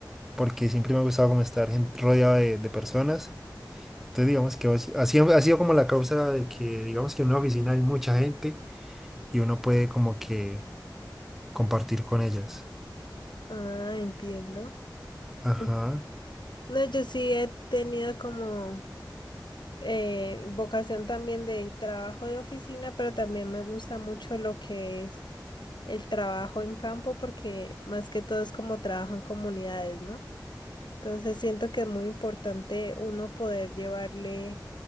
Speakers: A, in the centre; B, on the left.
A: porque siempre me ha gustado como estar gen- rodeado de, de personas. Entonces digamos que así- así ha sido como la causa de que digamos que en una oficina hay mucha gente y uno puede como que compartir con ellas.
B: Ah, entiendo.
A: Ajá.
B: En- No, yo sí he tenido como eh, vocación también de trabajo de oficina, pero también me gusta mucho lo que es el trabajo en campo, porque más que todo es como trabajo en comunidades, ¿no? Entonces siento que es muy importante uno poder llevarle